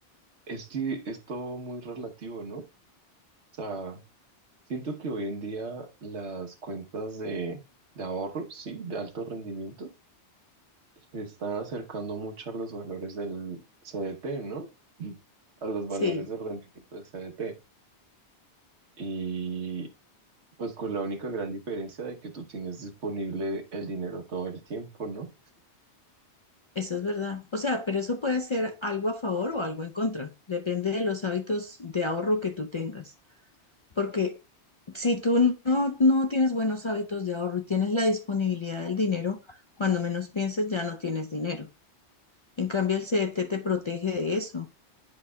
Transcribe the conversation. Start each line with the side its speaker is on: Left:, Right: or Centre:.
Right: es, di- es todo muy relativo, ¿no? O sea, siento que hoy en día las cuentas de, de ahorro, sí, de alto rendimiento, se están acercando mucho a los valores del CDT, ¿no? Sí. A los valores
Left: Sí,
Right: del rendimiento del CDT. Y pues con la única gran diferencia de que tú tienes disponible el dinero todo el tiempo, ¿no?
Left: eso es verdad. O sea, pero eso puede ser algo a favor o algo en contra, depende de los hábitos de ahorro que tú tengas. Porque si tú no, no tienes buenos hábitos de ahorro y tienes la disponibilidad del dinero, cuando menos pienses ya no tienes dinero. En cambio, el CDT te protege de eso,